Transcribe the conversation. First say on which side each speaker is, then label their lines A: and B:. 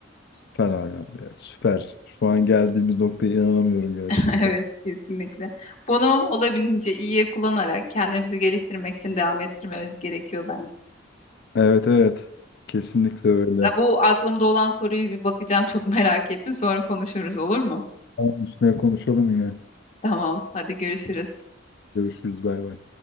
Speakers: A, on the left; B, on the left.
A: Süper Ayhan ya. Süper. Şu an geldiğimiz noktaya inanamıyorum gerçekten.
B: <laughs> Evet, kesinlikle. Bunu olabildiğince iyiye kullanarak kendimizi geliştirmek için devam ettirmemiz gerekiyor bence.
A: Evet evet. Kesinlikle öyle.
B: Ya bu aklımda olan soruyu bir bakacağım. <laughs> Çok merak ettim. Sonra konuşuruz olur mu?
A: Tamam, üstüne konuşalım yine.
B: Tamam, hadi görüşürüz.
A: Görüşürüz. Bay bay.